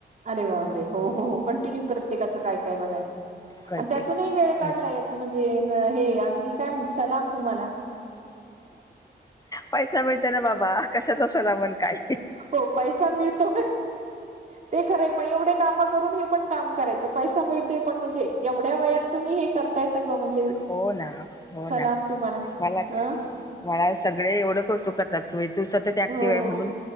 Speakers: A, on the right; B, on the left.
A: अरे बाबरे हो हो
B: खूप
A: कंटिन्यू प्रत्येकाचं काय काय बघायचं
B: कंटिन्यू
A: आणि त्यातूनही वेळ काढलाय यात म्हणजे हे अगदी काय म्हण सलाम तुम्हाला.
B: पैसा मिळतो ना बाबा. कशाचा सलामन काय
A: हो पैसा मिळतो ते खरं पण एवढे का करून हे पण काम करायच पैसा मिळते पण म्हणजे एवढ्या वयात तुम्ही हे करताय सगळं, म्हणजे,
B: हो ना हो
A: सलाम
B: ना
A: तुम्हाला,
B: मला काय
A: हं
B: मला सगळे एवढं कौतुक करतात. तू सतत ऍक्टिव्ह
A: हो
B: आहे म्हणून,